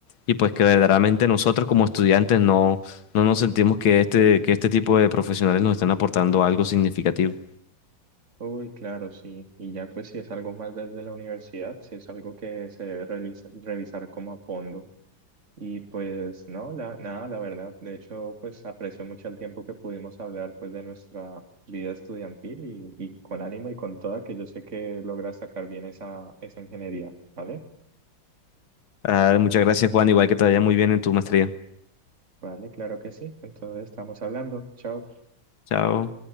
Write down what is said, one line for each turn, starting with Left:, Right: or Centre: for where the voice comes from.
Left: y pues que verdaderamente nosotros como estudiantes no, no nos sentimos que este, que este tipo de profesionales nos están aportando algo significativo.
Right: Uy, claro, sí. Y ya pues si es algo más desde la universidad, si es algo que se debe revis- revisar como a fondo. Y pues no, la, nada, la verdad. De hecho, pues aprecio mucho el tiempo que pudimos hablar pues de nuestra vida estudiantil y, y con ánimo y con toda, que yo sé que logras sacar bien esa, esa ingeniería, ¿vale?
Left: Ah, muchas gracias, Juan, igual que te vaya muy bien en tu maestría.
Right: Vale, claro que sí. Entonces estamos hablando. Chao.
Left: Chao.